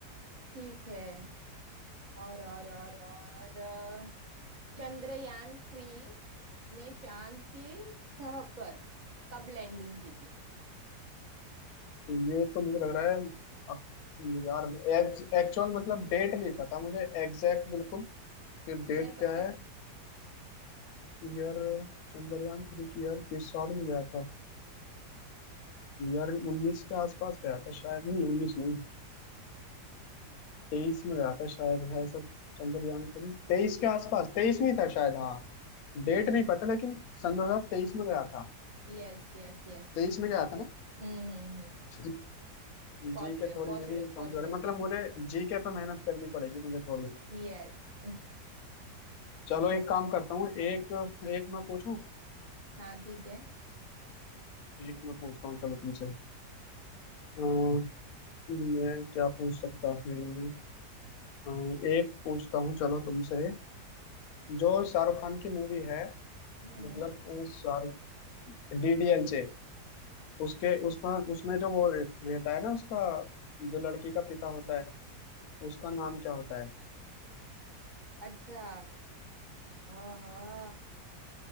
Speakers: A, on the right; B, on the left.
A: ठीक है और और और और चंद्रयान थ्री ने चांद की सतह पर कब लैंडिंग की थी
B: ये तो मुझे लग रहा है अ- यार एक्चुअल मतलब डेट नहीं पता मुझे एग्जैक्ट बिल्कुल कि डेट
A: ईयर
B: क्या
A: पता
B: है
A: है
B: ईयर चंद्रयान थ्री की ईयर किस साल में गया था ईयर उन्नीस के आसपास गया था शायद नहीं उन्नीस नहीं तेईस में गया था शायद है सब चंद्रयान थ्री तेईस के आसपास तेईस में ही था शायद हाँ
A: हम्म
B: डेट नहीं पता लेकिन सन दो हजार तेईस में गया था
A: यस यस यस
B: तेईस में गया था ना
A: हम्म हम्म हम्म
B: <laughs> जी
A: पहुंच रहे
B: के
A: हो
B: थोड़ी
A: पहुंच
B: मेरी
A: रहे हो पहुंच
B: कमजोर
A: रहे
B: है
A: हो
B: मतलब मुझे जी के पे मेहनत करनी पड़ेगी मुझे थोड़ी
A: यस
B: चलो एक काम करता हूँ एक एक मैं पूछूं
A: <laughs> हाँ ठीक है
B: एक मैं पूछता हूँ चलो तुमसे अ, मैं क्या पूछ सकता हूँ हाँ, एक पूछता हूँ चलो तुमसे जो शाहरुख खान की मूवी है
A: हम्म
B: मतलब अ, शाहरुख डीडीएल से उसके उसका उसमें जो वो रह- रहता है ना उसका जो लड़की का पिता होता है उसका नाम क्या होता है
A: अच्छा हाँ हाँ